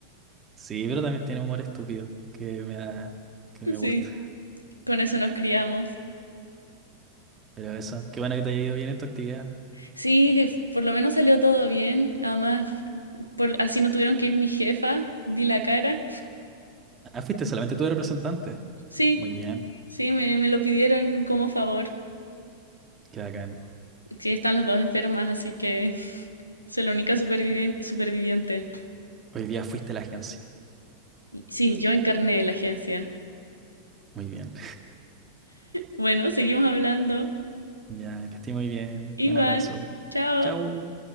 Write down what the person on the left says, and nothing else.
Sí,
con eso nos criamos.
Sí, que f- por lo menos salió todo bien. Además, por, así no tuvieron que ir mi jefa, di la cara.
Sí,
sí, me, me lo pidieron como favor.
Sí, están las dos enfermas, así que <laughs> soy la única supervivien- superviviente.
Sí, yo encarné la agencia.
Bueno, seguimos hablando.
Igual,
chao.